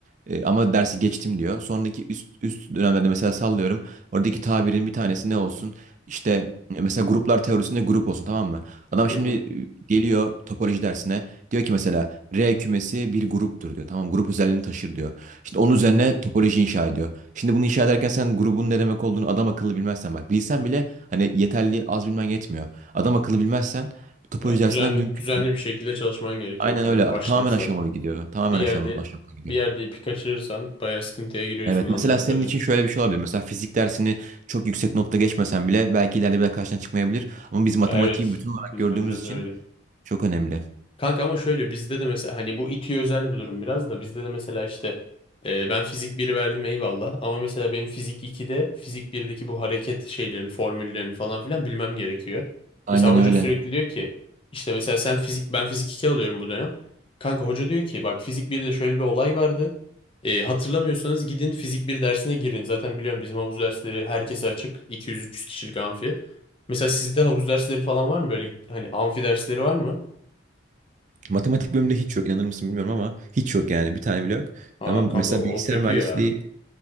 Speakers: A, on the right; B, on the left.
A: Eee, ama dersi geçtim diyor. Sonraki üst üst dönemlerde mesela sallıyorum. Oradaki tabirin bir tanesi ne olsun? İşte e, mesela gruplar teorisinde grup olsun tamam mı? Adam şimdi
B: Hı hı.
A: e, geliyor topoloji dersine. Diyor ki mesela R kümesi bir gruptur diyor. Tamam grup özelliğini taşır diyor. Şimdi onun
B: Aha.
A: üzerine topoloji inşa ediyor. Şimdi bunu inşa ederken sen grubun ne demek olduğunu adam akıllı bilmezsen bak bilsen bile hani yeterli az bilmen yetmiyor. Adam akıllı bilmezsen topoloji
B: Yani
A: dersinden
B: düzenli
A: mümkün
B: düzenli
A: değil.
B: bir şekilde çalışman gerekiyor
A: Aynen
B: kanka
A: öyle
B: baştan
A: tamamen
B: sona.
A: aşamalı gidiyor. Tamamen
B: Bir yerde
A: aşamalı, aşamalı gidiyor.
B: bir yerde ipi kaçırırsan bayağı sıkıntıya giriyorsun
A: Evet
B: anladığım
A: mesela senin
B: kadarıyla.
A: için şöyle bir şey olabilir. Mesela fizik dersini çok yüksek notla geçmesen bile belki ileride bir daha karşına çıkmayabilir. Ama biz matematiği
B: Ya evet,
A: bütün olarak
B: bizde
A: gördüğümüz
B: biraz
A: için
B: öyle.
A: çok önemli.
B: Kanka ama şöyle bizde de mesela hani bu İTÜ özel bir durum biraz da bizde de mesela işte e, ben fizik biri verdim eyvallah ama mesela benim fizik 2'de fizik 1'deki bu hareket şeylerin formüllerini falan filan bilmem gerekiyor.
A: Aynen
B: Mesela hoca
A: öyle.
B: sürekli diyor ki işte mesela sen fizik ben fizik 2 alıyorum bu dönem. Kanka hoca diyor ki bak fizik birde şöyle bir olay vardı. E, hatırlamıyorsanız gidin fizik bir dersine girin. Zaten biliyorum bizim havuz dersleri herkese açık iki yüz üç yüz kişilik amfi. Mesela sizde havuz dersleri falan var mı böyle hani amfi dersleri var mı?
A: Matematik bölümünde hiç yok inanır mısın bilmiyorum ama hiç yok yani bir tane bile yok.
B: Aa
A: Ama mesela
B: kanka o
A: bilgisayar
B: kötü
A: mühendisliği
B: ya.